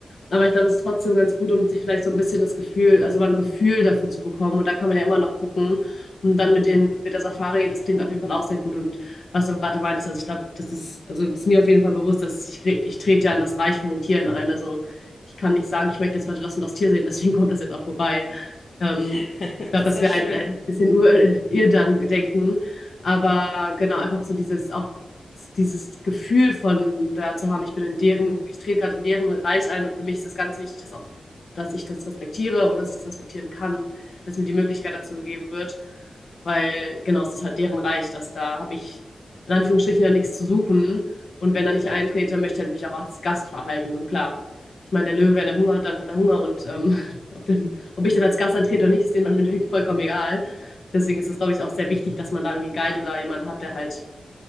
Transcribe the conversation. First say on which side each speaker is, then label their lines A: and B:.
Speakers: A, on the left (about 65°); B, on the left (about 50°).
A: Aber ich glaube, es ist trotzdem ganz gut, um sich vielleicht so ein bisschen das Gefühl, also mal ein Gefühl dafür zu bekommen. Und da kann man ja immer noch gucken. Und dann mit den, mit der Safari, das klingt auf jeden Fall auch sehr gut. Und was du auch gerade meinst, Also ich glaube, das ist, also ist mir auf jeden Fall bewusst, dass ich, ich trete ja in das Reich von den Tieren ein. Also ich kann nicht sagen, ich möchte jetzt heute das und das Tier sehen, <laughs> deswegen kommt das jetzt auch vorbei. Ähm,
B: <laughs>
A: ich glaube,
B: Das
A: das
B: wäre
A: wäre
B: schön.
A: ein, ein bisschen Ur Irrdenken. Aber genau, einfach so dieses, auch dieses Gefühl von da zu haben, ich bin in deren, ich trete gerade in deren Reich ein und für mich ist es ganz wichtig, dass auch, dass ich das respektiere und dass ich das respektieren kann, dass mir die Möglichkeit dazu gegeben wird. Weil genau, es ist halt deren Reich, dass da habe ich in Anführungsstrichen ja nichts zu suchen. Und wenn er nicht eintrete, möchte er halt mich auch als Gast verhalten. Und klar, ich meine, der Löwe, wenn er Hunger hat, dann hat er Hunger. Und ähm, <laughs> ob der ob ich dann als Gast antrete oder nicht, ist dem dann im Endeffekt vollkommen egal. Deswegen ist es, glaube ich, auch sehr wichtig, dass man da irgendwie einen Guide oder jemanden hat, der halt